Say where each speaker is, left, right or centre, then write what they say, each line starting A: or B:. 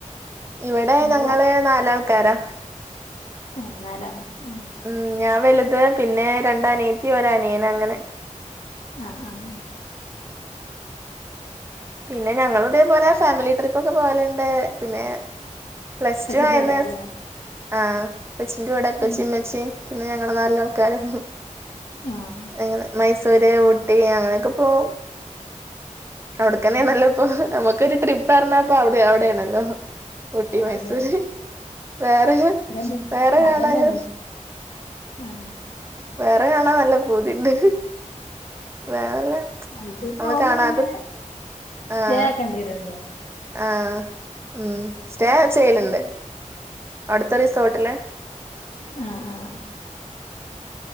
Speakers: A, on the right (about 20°); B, on the left (about 65°).
A: ഇവിടെ
B: സിംഗിളാ
A: ഞങ്ങള് നാലാൾക്കാരാ.
B: ഏഹ് നാലാള്ളൊ ഉം
A: ഉം ഞാൻ വലുത്. പിന്നെ രണ്ട് അറിയത്തി ഒര് അനിയൻഅങ്ങനെ
B: അഹ് ആഹ് ആഹ്
A: പിന്നെ ഞങ്ങുതേ പോലെ ഫാമിലി ട്രിപ്പ് ഒക്കെ പോവല്ണ്ട് പിന്നെ പ്ലസ്
B: ഉപ്പച്ചിന്റെ
A: ടു ആയെന്ന്
B: വീടാവൂലേ
A: ആഹ് ഇപ്പച്ചിന്റെ കൂടെ ഇപ്പച്ചിം
B: ഉം
A: ഇമ്മച്ചിം പിന്നെ ഞങ്ങള് നാലാൾക്കാരും
B: ആഹ്
A: അങ്ങനെ മൈസ മയ് സൂര്ഊട്ടി അങ്ങനെയൊക്കെ പോവും. അവിടെക്കന്നേണല്ലോ
B: ആഹ്
A: ഇപ്പൊ. നമുക്കൊരു ട്രിപ്പ് പറഞ്ഞാപ്പം അവിടെ അവിടേണല്ലോ ഊട്ടി മൈസൂര്
B: അതെ
A: വേറെ
B: അതന്നെ
A: വേറെ
B: അതന്നെ
A: കാണാന്
B: ആഹ്
A: വേറെ കാണാ നല്ല പൂതിണ്ട് വേറെല്ല
B: മയ്സൂര്ക്ക്
A: നമ്മള്
B: പോവുമ്പോ
A: കാണാത്ത
B: പിന്നെ സ്റ്റേ
A: ആഹ്
B: ആക്കണ്ട്യെരൊല്ലോ
A: ആഹ് ഉം സ്റ്റേ
B: സ്ഥലല്ലേ
A: ചെയ്യല്ണ്ട് അടുത്ത റിസോട്ടില്
B: അഹ് ആഹ്